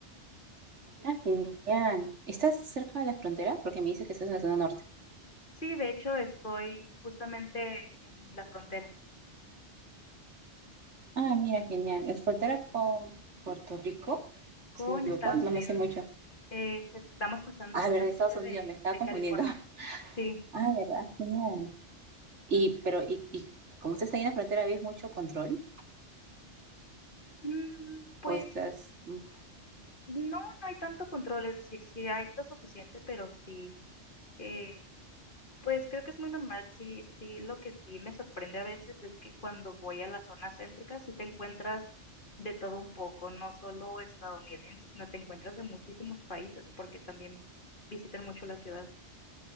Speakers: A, on the right (about 80°); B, on the left (about 45°).
A: Ah, genial. ¿Estás cerca de la frontera? Porque me dices que estás en la zona norte.
B: Sí, de hecho estoy justamente en la frontera
A: Ah, mira, genial. Es frontera con Puerto Rico,
B: con
A: si no me equivoco,
B: Estados
A: no
B: Unidos.
A: me sé mucho.
B: Eh, pues, estamos cruzando
A: Ah,
B: justamente
A: verdad, Estados Unidos,
B: de,
A: me estaba
B: de
A: confundiendo.
B: California.
A: <laughs>
B: Sí.
A: Ah, verdad, genial. Y, pero, y, y como estás ahí en la frontera, ¿ves mucho control?
B: Mm, pues
A: ¿O estás, mm,
B: No, no hay tanto control, es decir, sí hay lo suficiente, pero sí, eh, pues creo que es muy normal. Sí, sí, lo que sí me sorprende a veces es que cuando voy a las zonas céntricas sí te encuentras de todo un poco, no solo estadounidenses, sino te encuentras de muchísimos países, porque también visitan mucho la ciudad,